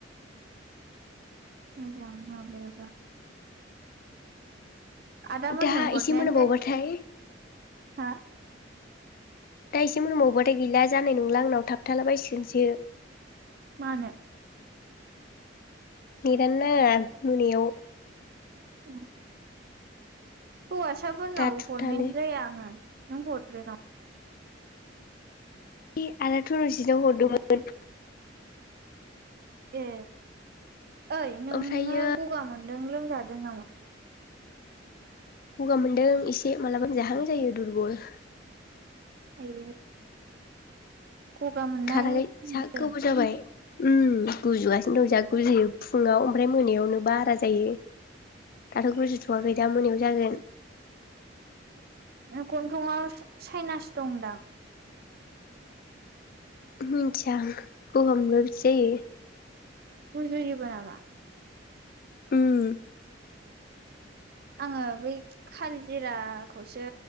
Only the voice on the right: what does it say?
मोजां माबायाबा। आदा मोननो
हरनायानो
जा हा।
मानो?
उम हौवासाफोरनाव
हरनायानो जाया आङो। आंबो हदब्रेनाव।
ए ओइ नोङो
गगा मोन नों लोमजादों नामा?
आयै गगा मोननाय
खोनादों।
गन्थंआव साइनास दं दां।
गुजुयोबो नामा?
आङो बै खाल जिराखौसो